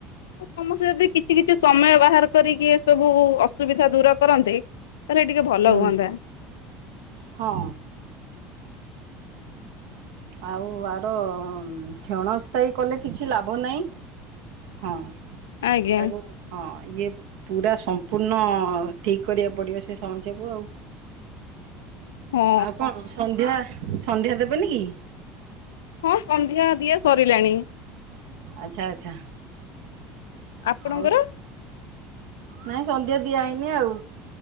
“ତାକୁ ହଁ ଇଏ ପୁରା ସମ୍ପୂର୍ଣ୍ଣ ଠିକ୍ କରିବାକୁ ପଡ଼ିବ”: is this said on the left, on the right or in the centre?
Right